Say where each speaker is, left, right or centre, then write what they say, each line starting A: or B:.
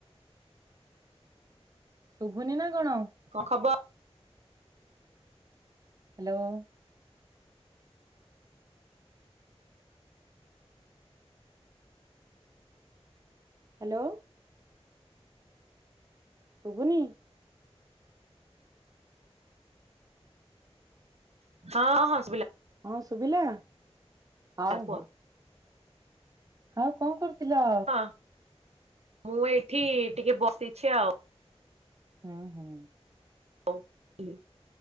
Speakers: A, on the right; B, on the right.
A: ଶୁଭୁନି ନା କଣ।
B: କଣ ଖବର?
A: ହ୍ୟାଲୋ। ହ୍ୟାଲୋ ଶୁଭୁନି।
B: ହଁ ହଁ ଶୁଭିଲା।
A: ହଁ ଶୁଭିଲା। ହଉ
B: କୁହ
A: ହଉ। ଆଉ କଣ କରୁଥିଲ?
B: ହଁ ମୁଁ ଏଇଠି ଟିକେ ବସିଛି ଆଉ।
A: ହୁଁ ହୁଁ
B: ହଉ ହ <inaudible>